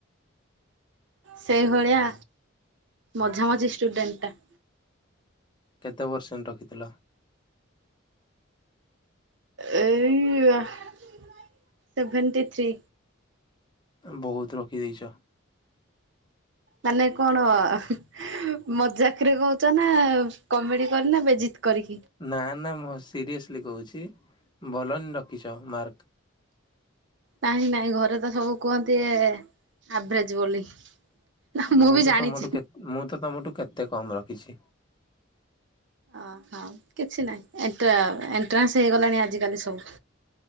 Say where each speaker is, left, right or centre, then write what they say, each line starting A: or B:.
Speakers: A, on the right; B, on the left.
A: ସେଇଭଳିଆ ମଝା ମଝି ଷ୍ଟୁଡେଣ୍ଟ ଟା।
B: କେତେ ପସେଣ୍ଟେଯେ ରଖିଥିଲ?
A: ଏ ଇ ଆ ସେଭେଣ୍ଟି ଥ୍ରୀ।
B: ବହୁତ ରଖିଦେଇଛ।
A: ମାନେ କଣ ଆ ହାଁ। ମଜାକରେ କହୁଛ ନା କମେଡି କରି ନା ବେଜିତ୍ କରି।
B: ନା ନା ମୁଁ ସିରିଅସ୍ଲି କହୁଛି ଭଲ ରଖିଛ ମାର୍କ।
A: ନାଇଁ ନାଇଁ ଘରେ ତ ସବୁ କୁହନ୍ତି ଏ ଆଭରେଜ ବୋଲି। ନା
B: ମୁଁ
A: ବି
B: ତ
A: ଜାଣିଛି
B: ତମଠୁ ମୁଁ ତ ତମଠୁ କେତେ କମ ରଖିଛି।
A: ଓହୋ କିଛି ନାହିଁ ଏଣ୍ଟ୍ର ଏଣ୍ଟ୍ରାନସ ହେଇଗଲାଣି ଆଜି କାଲି ସବୁ।